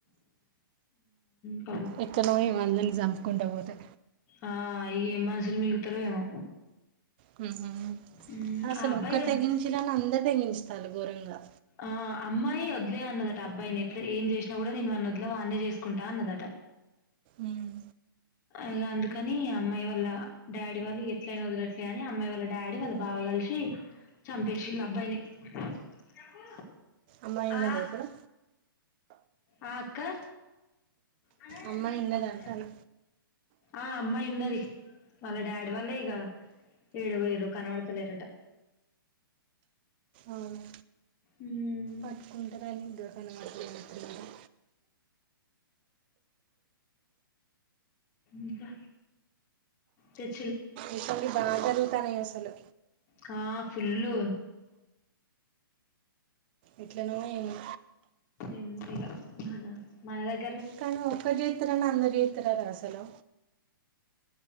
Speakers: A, on the left; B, on the right.
A: ఉమ్
B: ఎక్కడ ఇమందరిని చంపుకుంటా పోతే
A: ఆ ఇగ ఏం మనుషులు మిలుగుతారో ఏమో
B: హు ఉహు
A: మ్మ్
B: అసలు
A: ఆ అబ్బాయి
B: ఒక్క
A: వద్
B: తెగించినని అందరు తెగించితాలు గూరంగా
A: ఆ అమ్మాయి వద్లే అన్నదట అబ్బాయిని ఎట్లా ఏం చేసినా కూడా నేను వాన్న వద్లే వాన్నే చేసుకుంటా అన్నదట
B: ఉమ్.
A: ఇగ అందుకని అమ్మాయి వాళ్ళ డాడీ వాళ్ళు ఎట్లయినా వదిలట్లే అని అమ్మాయి వాళ్ళ డాడీ వాళ్ళ బావ కలిసి చంపేసిల్లు అబ్బాయిని తబ్బు
B: అమ్మాయి
A: ఆ
B: ఉన్నదా ఇప్పుడు
A: ఆ అక్క అన
B: అమ్మాయి
A: ఎదు అంటాడు
B: ఉన్నదా అంటాను
A: ఆ అమ్మాయి ఉన్నది. వాళ్ళ డాడీ వాళ్ళ ఇగా ఏడ ఉయరు కనబడతలేరట
B: అవును
A: ఉము
B: పట్టుకుంటారని దకాన వాట్లేన్నారా
A: ఇంకా చెచ్
B: ఇసోంటి బాగా జరుగుతాన్నాయి అసలు
A: హ ఫుల్లుు
B: ఎట్లనో ఏమో
A: ఎమ్మో ఇగా మనా మనదగ
B: కనీ ఒక్క జీత్రన్న అంద జీత్ర రా అసలో